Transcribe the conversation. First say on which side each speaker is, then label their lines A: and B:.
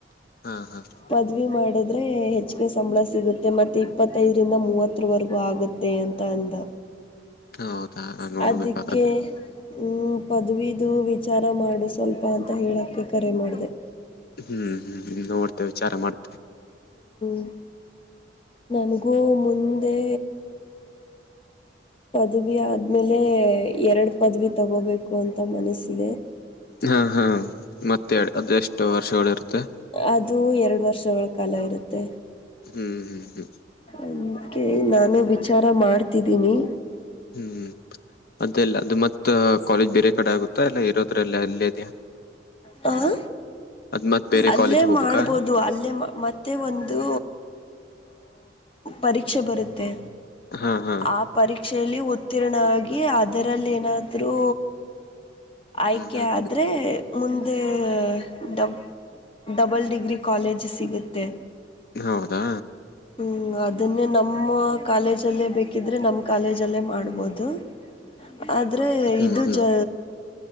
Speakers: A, on the left; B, on the left.
A: ಹಾ ಹಾ
B: ಪದವಿ ಮಾಡಿದ್ರೆ ಹೆಚ್ಚಗೆ ಸಂಬಳ ಸಿಗುತ್ತೆ ಮತ್ತೆ ಇಪ್ಪತ್ತೈದರಿಂದ ಮೂವತ್ತವರೆಗೂ ಆಗತ್ತೆ ಅಂತ ಅಂದ
A: ಹೌದಾ ನೋಡ್ಬೇಕಾಗಾದ್ರೆ
B: ಅದಕ್ಕೆ ಹ್ಮ ಪದವಿದು ವಿಚಾರ ಮಾಡು ಸ್ವಲ್ಪ ಅಂತ ಹೇಳಕ್ಕೆ ಕರೆ ಮಾಡಿದೆ
A: ಹ್ಮ್ ಹ್ಮ್ ನೋಡ್ತೆವೆ ವಿಚಾರ ಮಾಡ್
B: ್ ನನಗೂ ಮುಂದೆ ಪದವಿ ಆದ್ಮೇಲೆ ಎರಡ್ ಪದವಿ ತಗೋಬೇಕು ಅಂತ ಮನಸಿದೆ
A: ಹಾ ಹಾ ಮತ್ತೆ ಅದು ಎಷ್ಟು ವರ್ಷಗಳು ಇರುತ್ತೆ
B: ಅದು ಎರಡು ವರ್ಷಗಳ ಕಾಲ ಇರುತ್ತೆ
A: ಹ್ಮ್ ಹ್ಮ್ ಹ್ಮ್
B: ಅಂಕ ನಾನು ವಿಚಾರ ಮಾಡ್ತಿದ್ದೀನಿ
A: ಹ್ಮ್ ಅದೆಲ್ಲ ಅದು ಮತ್ತ ಕಾಲೇಜ್ ಬೇರೆ ಕಡೆ ಆಗುತ್ತಾ ಇಲ್ಲ ಇರೋದ್ರಲ್ಲ ಅಲ್ಲೇ ಅ ಇದೆಯಾ
B: ಹ
A: ಅದ್ ಮತ್ ಬೇರೆ
B: ಅಲ್ಲೇ
A: ಕಾಲೇಜ್ ಹೋಗ್ಬೇಕಾ
B: ಮಾಡ್ಬೋದು ಅಲ್ಲೇ ಮತ್ತೆ ಒಂದು ಪರೀಕ್ಷೆ ಬರುತ್ತೆ
A: ಹಾ ಹಾ
B: ಆಪ್ ಪರೀಕ್ಷೆಯಲ್ಲಿ ಉತ್ತೀರ್ಣ ಆಗ ಅದರಲ್ಲಿ ಏನಾದರೂ ಆಯ್ಕೆಯ
A: ಹ್ಮ್ ಹ್ಮ್
B: ಮುಂದೆಡ ಡಬಲ್ ಡಿಗ್ರಿ ಕಾಲೇಜ್ ಸಿಗುತ್ತೆ
A: ಹೌದಾ
B: ಹ್ಮ್ ಅದನ್ನೇ ನಮ್ಮ ಕಾಲೇಜಲ್ಲೇ ಬೇಕಿದ್ರೆ ನಮ್ ಕಾಲೇಜಲ್ಲೇ ಮಾಡ್ಬೋದು ನಿ ಆದ್ರೆ
A: ಹ್ಮ್
B: ಇದು
A: ಹ್ಮ್
B: ಜ